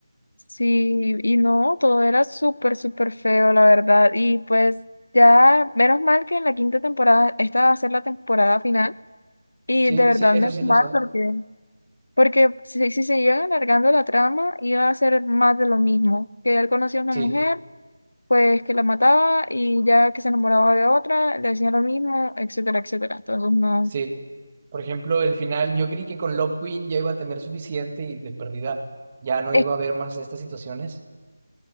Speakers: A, on the left; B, on the right.
A: sí, y no, todo era súper, súper feo, la verdad, y pues ya, menos mal que en la quinta temporada, esta va a ser la temporada final, y
B: Sí,
A: de verdad
B: sí, eso
A: menos
B: sí
A: mal
B: lo sé,
A: porque... Porque si, si se llega alargando la trama, iba a ser más de lo mismo, que él conoció a una
B: sí,
A: mujer, pues que la mataba y ya que se enamoraba de otra, le decía lo mismo, etcétera, etcétera. Entonces no.
B: sí. Por ejemplo, el final, yo creí que con Love Queen ya iba a tener suficiente y de perdida ya no
A: Es-
B: iba a haber más estas situaciones